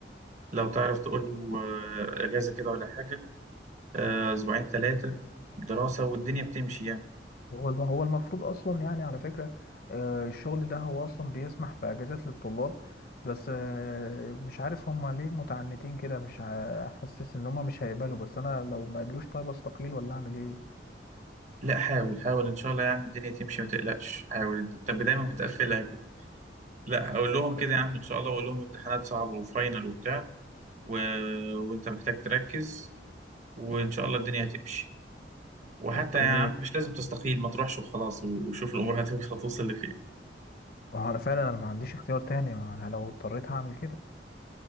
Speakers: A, on the right; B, on the left.
A: لو تعرف تقول له آه، اجازة كده ولا حاجة آه، اسبوعين ثلاثة دراسة والدنيا بتمشي يعني
B: هو الم- هو المفروض اصلا يعني على فكره آه، الشغل ده هو اصلا بيسمح باجازات للطلاب بس آه، مش عارف هما ليه متعنتين كده مش ه- حاسس ان هما مش هيقبلوا بس انا لو ما قبلوش طيب استقيل ولا اعمل ايه
A: لا حاول حاول ان شاء الله يا عم الدنيا تمشي ما تقلقش حاول انت انت دايما بتقفلها كده لا اقول لهم
B: اوكي
A: كده يا عم ان شاء الله واقول لهم امتحانات صعبة وفاينل وبتاع و... وانت محتاج تركز وان شاء الله الدنيا هتمشي وحتى
B: اوكي
A: يا عم مش لازم تستقيل ما تروحش وخلاص و- وشوف الامور هتمشي هتوصل لفين
B: ما هو انا فعلا انا ما عنديش اختيار تاني ما انا لو اضطريت هعمل كده